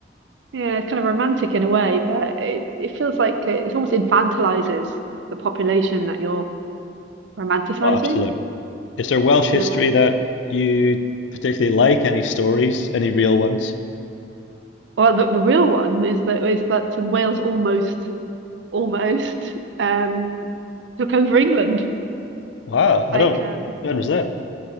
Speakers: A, on the right; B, on the left.
A: yeah, it's kind of romantic in a way, but it it feels like it, it almost infantilizes the population that you're romanticizing
B: Oh, absolutely. Is there Welsh
A: in
B: history
A: a way.
B: that you particularly like? Any stories? Any real ones?
A: Well, the, the real one is that is that Wales almost almost um took over England.
B: Wow, I
A: Like,
B: don't.
A: uh,
B: When was that?